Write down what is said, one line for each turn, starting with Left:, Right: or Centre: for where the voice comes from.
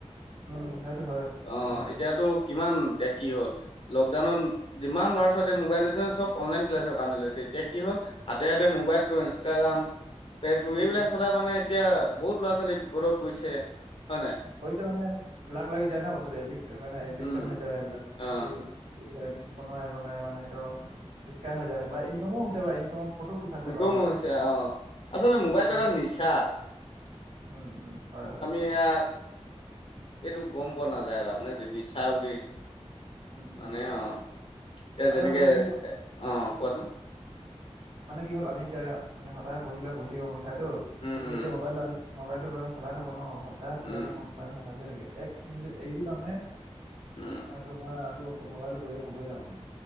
Right: উম সেইটো হয় সেইটো
Left: অ
Right: হয়
Left: এতিয়াতো কিমান এতিয়া কি হ'ল। লকডাউনত যিমান ল'ৰা ছোৱালীয়ে মোবাইল লৈছে চব অনলাইন ক্লাছৰ কাৰণে লৈছে। এতিয়া কি হ'ল? হাতে হাতে মোবাইলটো, ইনষ্টাগ্ৰাম, ফেচবুক
Right: উম
Left: এইবিলাক
Right: উম
Left: চলাই মানে এতিয়া বহুত ল'ৰা ছোৱালী বিপদত পৰিছে। হয় নাই
Right: হৈছে মানে। লাগ লাগি যায় ন বস্তুটো এডিকচ মানে এডিকচন
Left: উম
Right: হৈ যায় এইবিলাক।
Left: অ
Right: এইলো ইতিয়া বনোৱাই বনাই মানে সেটো সিস্কাই‌ হৈ যায় বা ইনকামো হৈছে বা ইনকামৰ পথো খোল খাইছে বাৰু।
Left: ওঁ
Right: সেইটো
Left: হৈছে অ। আচলতে মোবাইলটো
Right: কিন্তু
Left: এটা নিচা।
Right: উম! উম! হয় হয়।
Left: এয়াত এইটো গম পোৱা নাযায় তাৰমানে যি নিচ চা বুলি
Right: উম উম
Left: মানে
Right: উম হয়
Left: অ
Right: হয়
Left: এতিয়া
Right: আৰু
Left: যেনেকে
Right: আচলতে কি হ'ল
Left: এ অ অ কোৱাচোন।
Right: মানে কি হ'ল আমি এতিয়া মানে সদায় পঢ়িলে পঢ়ি থাকিব মন খায়তো।
Left: উম
Right: কিন্তু
Left: উম
Right: এতিয়া মোবাইলটো আমি মোবাইলটো মানে চলাই থাকো ন, সদায় চলাই
Left: উম
Right: থাকোং, চলাই থাকোং লাগিয়ে থাকে। এক মিনিটিত এইলো তামানে
Left: উম
Right: মানে তোমাৰ আকৌ মোবাইলটো প্ৰয়োজন হবই তামানে।